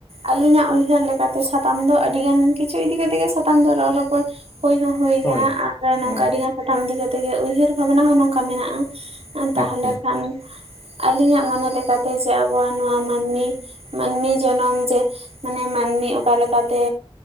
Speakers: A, on the right; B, on the left.
A: ᱟᱞᱤᱧᱟᱜ ᱩᱭᱦᱟᱹᱨ ᱞᱮᱠᱟ ᱛᱮ ᱥᱟᱛᱟᱢ ᱫᱚ ᱟᱹᱰᱤ ᱜᱟᱱ ᱠᱤᱪᱷᱩ ᱤᱫᱤ ᱠᱟᱛᱮᱜ ᱜᱮ ᱥᱟᱛᱟᱢ ᱫᱚ ᱨᱚᱲ ᱨᱚᱯᱚᱲ ᱦᱩᱭ ᱦᱚᱸ ᱦᱩᱭ
B: ᱦᱳᱭ
A: ᱠᱟᱱᱟ ᱟᱨ ᱱᱚᱝᱠᱟ
B: ᱦᱳᱭ
A: ᱟᱹᱰᱤ ᱜᱟᱱ ᱥᱟᱛᱟᱢ ᱤᱫᱤ ᱠᱟᱛᱮᱜ ᱜᱮ ᱩᱭᱦᱟᱹᱨ ᱵᱷᱟᱵᱱᱟ ᱦᱚᱸ ᱱᱚᱝᱠᱟ ᱢᱮᱱᱟᱜᱼᱟ, ᱟᱸ ᱛᱟᱦᱚᱞᱮ
B: ᱟᱪᱪᱷᱟ
A: ᱠᱷᱟᱱ ᱟᱞᱤᱧᱟᱜ ᱢᱚᱱᱮ ᱞᱮᱠᱟᱛᱮ ᱡᱮ ᱟᱵᱚᱣᱟᱜ ᱱᱚᱣᱟ ᱢᱟᱱᱢᱤ ᱢᱟᱹᱱᱢᱤ ᱡᱚᱱᱚᱢ ᱡᱮ ᱢᱟᱱᱮ ᱢᱟᱹᱱᱢᱤ ᱚᱠᱟᱮ ᱞᱮᱠᱟ ᱛᱮ